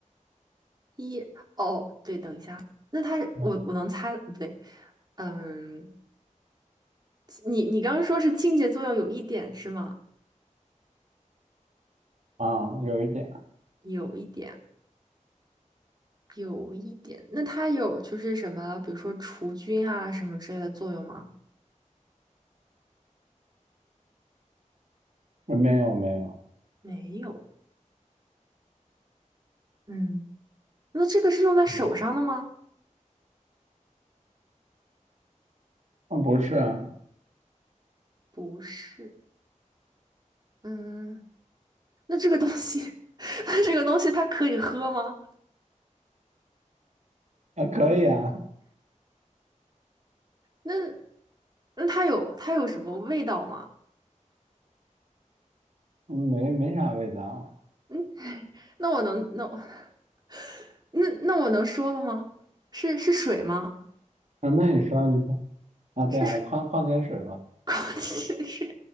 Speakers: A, on the right; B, on the right.
A: 一，哦，对，等一下，那它我我能猜，
B: 嗯
A: 不对。嗯，你你刚刚说是清洁作用有一点是吗？
B: 啊，有一点，
A: 有一点，有一点。那它有就是什么，比如说除菌啊什么之类的作用吗？
B: 呃没有没有。
A: 没有。嗯，那这个是用在手上的吗？
B: 嗯，啊不是啊，
A: 不是。嗯，那这个东西，<laughs> 那这个东西它可以喝吗？
B: 啊可以啊，
A: 那那它有它有什么味道吗？
B: 嗯没没啥味道。
A: 嗯，那我能那我 <laughs> 那那我能说了吗？是是水吗？
B: 啊，那你说你说啊，对啊，
A: 是水
B: 矿矿泉水嘛，
A: <laughs> 是水。